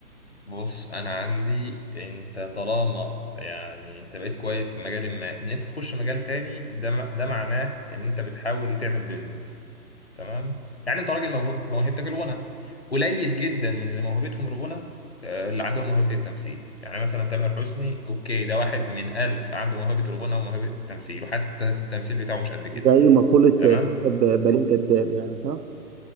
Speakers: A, on the left; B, on the right.
A: بص انا عندي انت طالما يعني انت بقيت كويس في مجال ما ان انت تخش مجال تاني ده م- ده معناه ان انت بتحاول تعمل بيزنس تمام يعني انت راجل موهوب موهبتك الغنى قليل جدا من اللي موهبتهم الغنى آه، اللي عندهم موهبة التمثيل يعني مثلا تامر حسني اوكي ده واحد من ألف عنده موهبة الغنى وموهبة التمثيل وحتى في التمثيل بتاعه مش قد كده
B: زي مقولة
A: تمام
B: ب- بلين كداب يعني صح؟